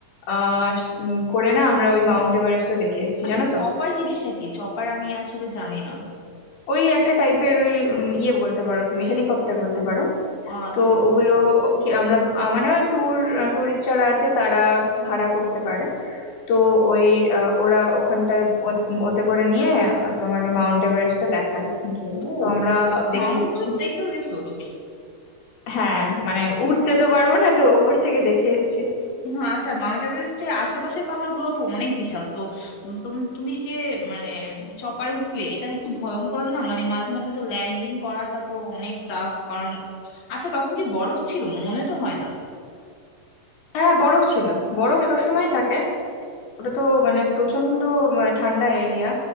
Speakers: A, on the left (about 80°); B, on the left (about 50°).
A: আহ উম, করে না আমরা ওই মাউন্ট এভারেস্ট তো দেখে এসেছি
B: আচ্ছা
A: জানো তো
B: চপার জিনিসটা কি চপার আমি আসলে জানি না
A: ওই একটা টাইপের ওই উম, ইয়ে বলতে পারো তুমি হেলিকপ্টার বলতে পারো
B: ও আচ্ছা
A: তো ওগুলো কি আমরা আহ, মানে ওই ট্যুর ট্যুরিস্ট যারা আছে তারা ভাড়া করতে পারে তো ওই আহ, ওরা ওখানটায় ও- ওতে করে নিয়ে আহ, তোমার ওই মাউন্ট এভারেস্টটা দেখায় গিয়ে
B: ও
A: তো আমরা দেখে
B: মাউন্ট
A: এসেছি
B: এভারেস্ট দেখতেও গেছো তুমি
A: হ্যাঁ মানে উঠতে তো পারবো না তো ওপর থেকে দেখে এসেছি
B: হ্যাঁ, আচ্ছা মাউন্ট এভারেস্টের আশেপাশের পাহাড়গুলো তো অনেক বিশাল তো উম তুমি তুমি যে মানে চপারে উঠলে এটা একটু ভয়ঙ্কর না মানে মাঝে মাঝে তো ল্যান্ডিং করাটা তো অনেক টাফ কারণ আচ্ছা তখন কি বরফ ছিল মনে তো হয় না
A: হ্যাঁ বরফ ছিল বরফ
B: ও
A: সবসময় থাকে ওটা তো মানে প্রচন্ড আহ, ঠান্ডা এরিয়া